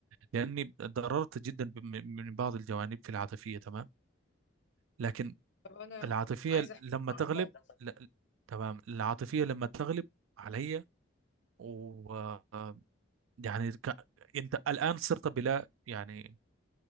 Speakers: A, on the right (about 85°); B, on the left (about 65°).
A: لأني ضررت جدا ب- من من بعض الجوانب في العاطفية تمام لكن
B: طب انا
A: العاطفية
B: عايزه احكي
A: لما
B: لك عن
A: تغلب
B: موقف
A: لا تمام العاطفية لما تغلب علي و آه، يعني ك- أنت الآن صرت بلا يعني